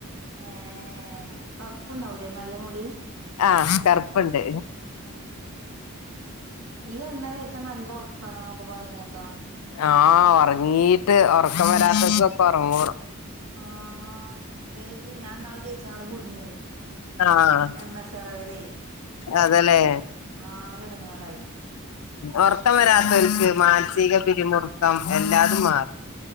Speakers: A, on the right (about 70°); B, on the left (about 80°).
A: ഏഹ് കറുപ്പണ്ടാവുല്ലേ നല്ല മുടി
B: ആഹ് കറുപ്പുണ്ട്
A: കറുപ്പ് ഇണ്ട് ഉം ഈ എണ്ണ തേച്ചാല് നല്ല ഒർക്കാണ് എന്നൊക്കെ പറയുന്നേക്കാ
B: ആഹ് ഒറങ്ങീട്ട് ഉറക്കം വരാത്തെൽ ഒക്കെ ഒറങ്ങൂ
A: ആഹ് പേച്ചു ഞാൻ ഇനാള് തേച്ചങ്ങാണ്ട് കുടുങ്ങി
B: ആഹ്
A: എ എം എസ് ആറിലേ
B: അതല്ലേ
A: ആകെ ഇടങ്ങാറായി
B: ഒർക്കം വരാത്തവർക്ക് മാനസിക പിരിമുറുക്കം എല്ലാതും മാറും